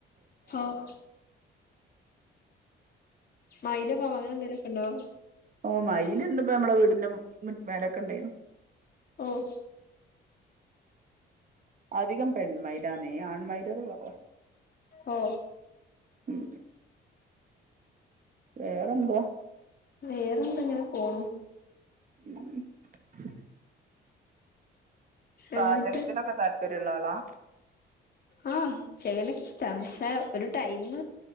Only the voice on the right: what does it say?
ഓ മയില്ണ്ട് ഇന്നിപ്പ നമ്മടെ വീടിന്റെ മു മേലൊക്കെ ഇണ്ടായിന്നു.
അധികം പെൺമയിലാണെ ആൺമൈലൊക്കെ കൊറവാ
ഉം വേറെന്താ?
<inaudible> പാചകത്തിനൊക്കെ
താല്പര്യം ള്ള ആളാ.